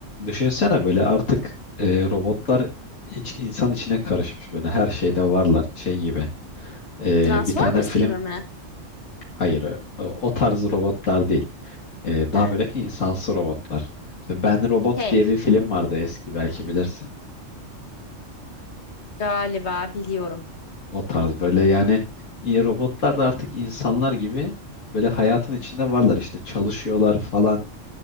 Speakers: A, on the left (about 80°); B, on the left (about 60°).
A: Düşünsene böyle artık e, robotlar iç, insan içine karışmış böyle her şeyde varlar şey gibi. E,
B: Transformers
A: bir tane film
B: gibi mi?
A: hayır e, o tarz robotlar değil. E, daha
B: Ha,
A: böyle insansı robotlar. İşte Ben Robot
B: şey
A: diye bir film vardı eski belki bilirsin.
B: galiba biliyorum.
A: O tarz böyle yani e, robotlar da artık insanlar gibi böyle hayatın içinde varlar işte çalışıyorlar falan